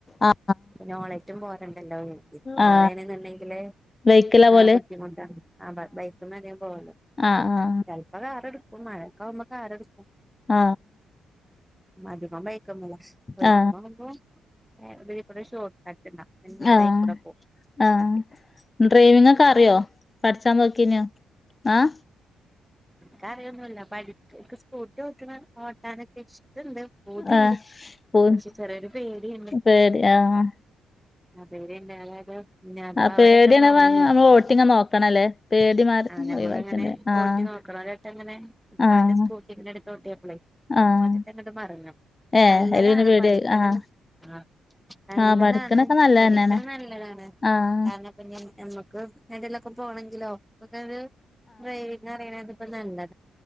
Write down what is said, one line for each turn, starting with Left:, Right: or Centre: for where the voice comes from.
Left: ആ
Centre: പിന്നെ ഓളറ്റും പോരണ്ടല്ലോ കരുതി മാഴ
Left: ആ ആ
Centre: ണ്ടെങ്കില് <unintelligible>
Left: വെയ്ക്കിലാ
Centre: ആ
Left: പോവല്
Centre: ബുദ്ധിമുട്ടാണ് ആ ബൈക്കധികം പോകല്ല
Left: ആ ആ
Centre: ചെലപ്പോ കാറെ എടുക്കും. മഴക്കാവുമ്പോ കാറെടുക്കും.
Left: ആ
Centre: മദ്യപാനം വഴക്കൊന്നും ഇല്ല വഴക്കുമ്പുമ്പ
Left: ആ
Centre: <unintelligible> ഷോർട്ട് <unintelligible> കട്ട് <unintelligible> പിന്നെ അത്
Left: ആ
Centre: ആയിക്കൂടെ പോകും.
Left: ആ ഡ്രൈവിംഗ് ഒക്കെ അറിയോ പഠിച്ചാ നോക്കീനോ ആഹ്
Centre: എനക്ക് അറിയൊന്നുല്ല പഠി സ്കൂട്ടിഓ ട്ട്നേ ഓട്ടാനൊക്കെ ഇണ്ട് പൂതിണ്ട്
Left: ആ പോ
Centre: പക്ഷെ ചെറിയൊരു പേടിയണ്ട്.
Left: പേടി ആ
Centre: അതേരിന്ത <unintelligible> അഥവാ
Left: ആ പേടിയാണ്
Centre: അവരക്കെ മറഞ്ഞു
Left: ഭാഗം നമ്മള് വോട്ടിങ് നോക്കണല്ലേ പേടി മാറി
Centre: ആ ഞമ്മളങ്ങനെ
Left: ഒഴിവാക്കണ്ടേ ആഹ്
Centre: ഓട്ടി നോക്കണം ഒരട്ടങ്ങനെ ഇപ്പാന്റെ
Left: ആഹ്
Centre: സ്കൂട്ടിെ എടുത്ത ഓട്ടിപ്പള്
Left: ആഹ്
Centre: ഓനേയ്ട്ടഗാ ട്ട് മറഞ്ഞു
Left: ഏഹ്
Centre: നല്ലതാണ്
Left: അയില് പിന്നെ പേടിയായി
Centre: പഠിക്കണന്ന്
Left: ആഹ്
Centre: ആ നല്ലതാണ്
Left: ആഹ് പഠിക്കണൊക്കെ നല്ലതന്നെയാണ്
Centre: പഠിക്കണം നല്ലതാണ്
Left: ആഹ്
Centre: കാരണംപ്പ ഞ നമ്മുക്ക് എടെലൊക്കെ പോണമെങ്കിലോ ഒരു ഡ്രൈറണ <unintelligible> കണ്ടെ